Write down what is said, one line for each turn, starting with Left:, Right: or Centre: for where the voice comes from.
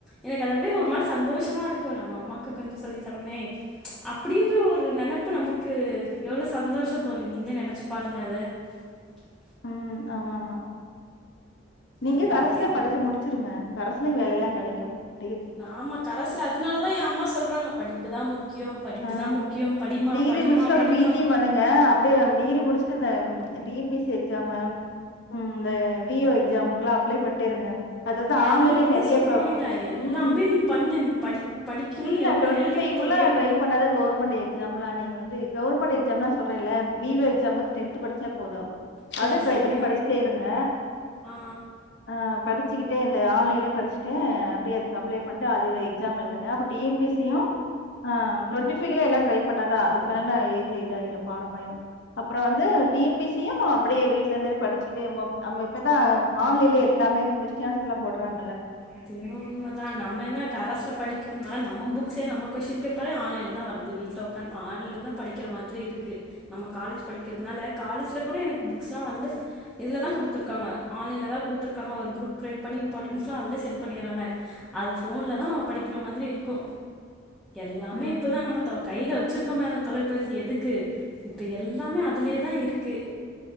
Centre: எனக்கு அதுபடியே ஒரு விதத்ல சந்தோஷமா இருக்கு நம்ம அம்மாக்கு கொஞ்சம் சொல்லி தரோமே அப்படின்ற ஒரு நினைப்பு நமக்கு எவ்வளவு சந்தோஷம் தோல்லி நீங்களே நினைச்சு <unintelligible>
Left: ம். ஆமா ஆமா நீங்க
Centre: அந்த காலத்துல
Left: அரசுலே படிச்சு முடிச்சுிருங்க கசுலயையும் வேலைய எல்லாம் கிடைக்கும் ம்
Centre: நாம கரசுல அதனாலதான் என் அம்மா சொல்றாங்க படிப்பு இதான் முக்கியம் படிப்பு
Left: ஆ
Centre: தான் முக்கியம் படிம்மா
Left: டிகிரி
Centre: படிம்மா
Left: முடிச்சுட்டு
Centre: படிம்மா
Left: ஒரு பிஜி பண்ணுங்க அப்படியே டிகிரி முடிச்சுட்டு இந்த டிஎன்பிசி எக்ஸாம் உம் இந்த விஎஒ எக்ஸாமாம் அப்ளை பண்ணிட்டேங்க இருங்க அது‌ வந்து
Centre: என்
Left: ஆன்லை
Centre: அம்மா அப்படிதான்
Left: நேரிய
Centre: சொல்லுவாங்க எல்லாமே
Left: உம்
Centre: நீ பண்ணு நீ படி படிக்கணும்னு
Left: இல்ல
Centre: எவ்வளோ
Left: டொன்டிஃபை
Centre: எல்லைக்கு
Left: உள்ள
Centre: போறியோ
Left: டிரை பண்ணாத கமெண்ட் எலாம் நீங்க வந்து கவர்மெண்ட் எக்ஸாம் எாம் சொல்றே இல விஓ எக்ஸாம் டென்த் படிச்சா போதும்
Centre: சரி
Left: அது ட்ரை
Centre: சரி
Left: பண்ணி படிச்சிட்டே இருங்க
Centre: ஆ
Left: ஆ படிச்சுக்கிட்டே இந் இது ஆன்லைலயே படிச்சுட்டு அப்டியே இதுக்கு அப்ளை பண்ணிட்டு அதுல எக்ஸாம் எழுதுங்க அப்ப T N P S C யு ஆ டுவெண்டி ஃபைவ்லயே எல்லா ட்ரை பண்ணாதா அதுக்கு மேல ஏஜ் இதா ஆயிரு ப்ராப்ளம் ஆயிரு அப்றோ வந்து T N P S C யு அப்டியே வீட் ட்ல இருந்தாலு படிச்சுக்குட்டே நம்மோ நம்ம இப்பதா ஆன்லைன்லயே எல்லாமே கொஸ்டின் ஆன்சர் எல்லாம் போடுறாங்க
Centre: அது என்னவோ உண்மைதா நம்ம என்ன கரஸ்ல படிக்கிறதுனால நம்ம புக்ஸே நம்ம கொஸ்டின் பே இப்பவே ஆன்லைன்லதா வருது வீட்ல உக்காந்து ஆன்லைன்லதா படிக்கிற மாதிரி இருக்கு நம்ம காலேஜ் படிக்கிறதுனால காலேஜ்ல கூட எனக்கு பு க்ஸ்லா வந்து இதுலதா குடுத்துருக்காங்க ஆன்லைன்லதா குடுத்திருக்காங்க ஒரு குரூப் கிரியேட் பண்ணி இம்பார்ட்டன்ஸ் ல்லா அதுலயே சென்ட் பண்ணியர்றாங்க அது ஃபோன்லதா நம்ம படிக்கிற மாதிரி இருக்கு எல்லாமே
Left: ம். ம்.
Centre: இப்பதா நம்ம <unintelligible> கைல வச் வச்சிருக்கோமே அந்த தொலைபேசி எதுக்கு இப்ப எல்லாமே அதுலயேதா இருக்கு